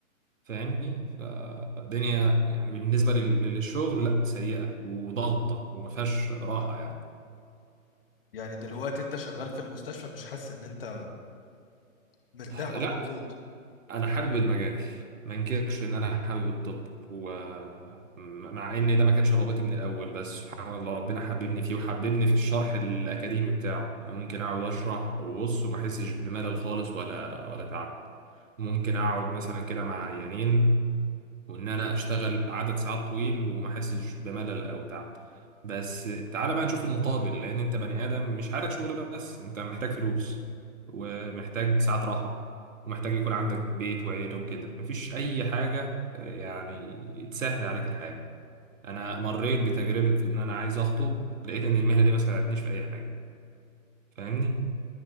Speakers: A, on the right; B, on the left.
A: فاهمني ف- فالدنيا يعني بالنسبة لل- للشغل لا سيئة وضغطة وما فيهاش راحة يعني
B: يعني دلوقتي انت شغال في المستشفى مش حاسس ان انت مرتاح
A: لا
B: او مبسوط
A: انا حابب المجال ما انكرش ان انا حابب الطب ومع ان ده ما كانش رغبتي من الاول بس سبحان الله ربنا حببني فيه وحببني في الشرح الاكاديمي بتاعه انا ممكن اقعد اشرح وبص وما احسش بملل خالص ولا ولا تعب ممكن اقعد مثلا كده مع عيانين وان انا اشتغل عدد ساعات طويل وما احسش بملل او تعب بس تعالى بقى نشوف المقابل لان انت بني ادم مش حالك شغل بس انت محتاج فلوس ومحتاج ساعات راحة ومحتاج يكون عندك بيت وعيلة وكده مفيش اي حاجة آه، يعني تسهل عليك الحياة انا مريت بتجربة ان انا عايز اخطب لقيت ان المهنة دي ما ساعدتنيش في اي حاجة فاهمني